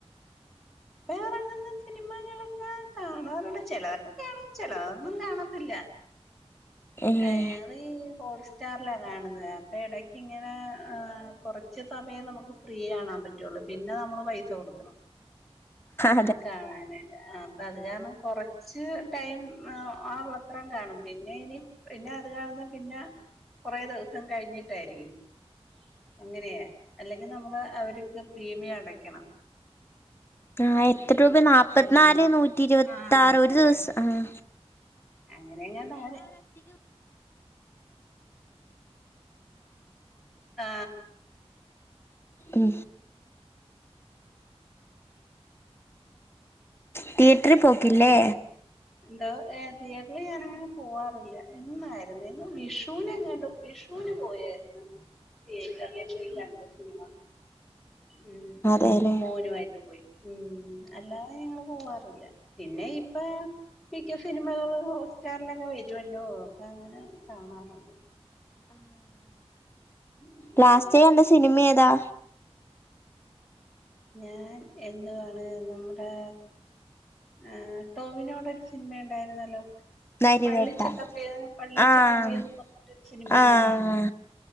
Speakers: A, in the centre; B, on the left.
A: വേറെ എറങ്ങുന്ന സിനിമകളൊക്കെ കാണാറുണ്ട് ചെലതൊക്കെ കാണും ചെലതൊന്നും കാണത്തില്ല
B: ഏഹ്
A: ആ ഞങ്ങള് ഹോട്‌സ് സ്റ്റാർലാ കാണുന്നത് അപ്പെടയ്ക്ക് ഇങ്ങനെ ഏ കൊറച്ച് സമയം ന്നമുക്ക് ഫ്രീ കാണാൻ പറ്റുള്ളൂ പിനെ ന്നമ്മള് പൈസ കൊടുക്കണം
B: അതെ
A: കാണാനയ്ട്ട് ആ അപ്പത് കാരണം കൊറച്ച് ടൈം ആ ഉള്ളത്രം കാണും പിനയ്ന് പിന്നെ അത് കാണുന്ന പിന്നെ കൊറേ ദിവസം കഴിഞ്ഞിട്ടായിരിക്കും. അങ്ങനെയാ അല്ലെങ്കിൽ നമ്മള് അവർക്ക് പ്രീമിയം അടക്കണം.
B: ആ എത്ര രൂബെ ന്നാപ്പത്
A: കാണൂ
B: ന്നാല് നൂറ്റി ഇരുവത്താറ്
A: ആഹ് അങ്ങനെ
B: ഒരു ദിവസം ആ
A: അങ്ങനെങ്ങാണ്ടാണ് ആ
B: ഉം തിയേറ്ററി പോക്കില്ലേ
A: എന്തോ ഏ തിയേറ്ററിൽ ഞാനങ്ങനെ പോവാറില്ല എന്നായിരുന്നു <unintelligible> വിഷുവിനെങ്ങാണ്ടും വി വിഷുന് പോയാര്ന്ന് തിയേറ്റർല് പോയി കണ്ട് സിനിമ ഉം
B: അതെല്ലേ
A: മോനുവായ്ട്ട് പോയി ഉം അല്ലാതെ ഞങ്ങള് പോവാറില്ല. പിന്നെ ഇപ്പൊ മിക്ക സിനിമകളും ഹോസ്റ്റാർലൊക്കെ വരുവല്ലോ അപ്പഅങ്ങനെ കാണാറുണ്ട് ഉം
B: ലാസ്റ്റായ്കണ്ട
A: ഉം
B: സിനിമേതാ
A: ഞാൻ എന്തുവാണ് നമ്മടെ ആ ട്ടൊവിനോടെക്കെ സിൻമ ണ്ടായിരുന്നല്ലോ
B: നരിവേട്ട
A: പള്ളിച്ചട്ടമ്പി പള്ളിച്ചട്ടമ്പിന്ന്
B: ആഹ്
A: പറഞ്ഞിട്ട് സിനിമയില്ലായിരുന്നോ?
B: ആഹ്